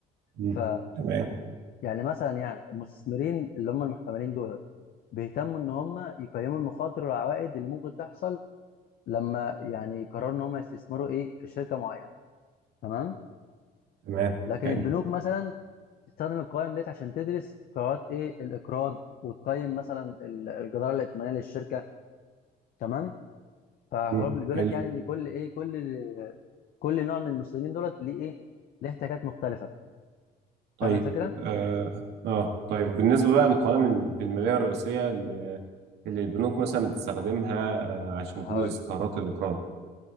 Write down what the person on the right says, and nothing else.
مم.
تمام
تمام
حلو
مم.
حلو
طيب
اه آه. طيب بالنسبه بقى للقوائم الماليه الرئيسيه اللي اللي البنوك مثلا بتستخدمها آه، عشان
تدرس
قرارات الاقراض